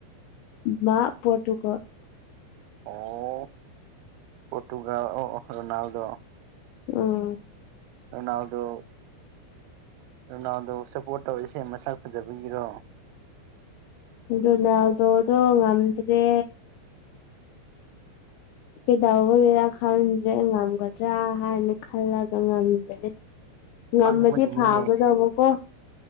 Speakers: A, on the left; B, on the right.
A: ꯃꯥ ꯄ‌ꯣꯇꯨꯒ
B: ꯑꯣ ꯄꯣꯇꯨꯒꯜ ꯑꯣ ꯔꯣꯅꯥꯜꯗꯣ
A: ꯎꯝ
B: ꯔ‌ꯣꯅꯥꯜꯗꯣ ꯔꯣꯅꯥꯜꯗꯣ ꯁꯞꯄꯣꯔꯠ ꯇꯧꯔꯛꯁꯦ ꯃꯁꯛ ꯐꯖꯕꯒꯤꯗꯣ
A: ꯔ‌ꯣꯅꯥꯜꯗ‌ꯣꯗ‌ꯣ ꯉꯝꯗ꯭ꯔꯦ ꯀꯩꯗꯧꯕꯩꯅ‌ꯣ ꯈꯪꯗ꯭ꯔꯦ ꯉꯝꯒꯗ꯭ꯔꯥ ꯍꯥꯏꯅ ꯈꯜꯂꯒ ꯉꯝꯗꯦ
B: <unintelligible>
A: ꯉꯝꯃꯗꯤ
B: ꯄꯪꯕꯒꯤꯅꯤꯅꯦ
A: ꯐꯥꯒꯗꯧꯕꯀꯣ